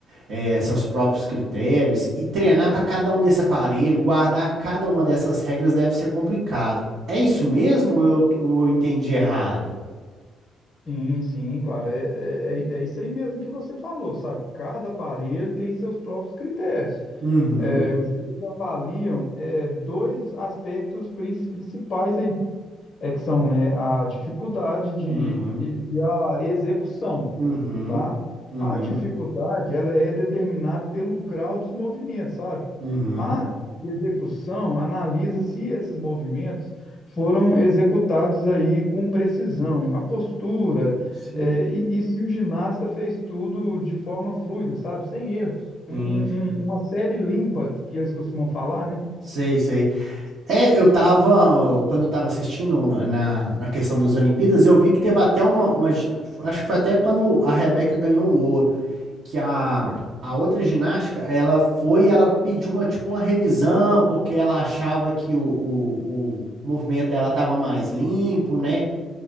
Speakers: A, on the right (about 65°); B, on the left (about 50°).
A: é, seus próprios critérios e treinar para cada um desse aparelho, guardar cada uma dessas regras deve ser complicado. É isso mesmo ou eu, ou eu entendi errado?
B: Sim, sim, claro. É, é, é é isso aí mesmo que você falou, sabe? Cada aparelho tem seus próprios critérios.
A: Uhum,
B: É, os juízes avaliam é, dois aspectos prin- principais aí, é que são, né, a dificuldade de,
A: uhum,
B: e, e a execução.
A: uhum,
B: tá?
A: uhum,
B: A dificuldade, ela é determinada pelo grau dos movimentos, sabe?
A: uhum.
B: A execução analisa se esses movimentos foram executados aí com precisão, a postura,
A: Sim,
B: eh, e, e se o ginasta fez tudo de forma fluida, sabe? Sem erros. Um-
A: sim,
B: um- um- uma série limpa, que eles costumam falar, né?
A: sei, sei. É, eu tava, quando eu tava assistindo na, na questão das Olimpíadas, eu vi que teve até uma, uma, acho que foi até quando a Rebeca ganhou o ouro. que a, a outra ginástica, ela foi, ela pediu uma, tipo, uma revisão, porque ela achava que o, o, o movimento dela estava mais limpo, né?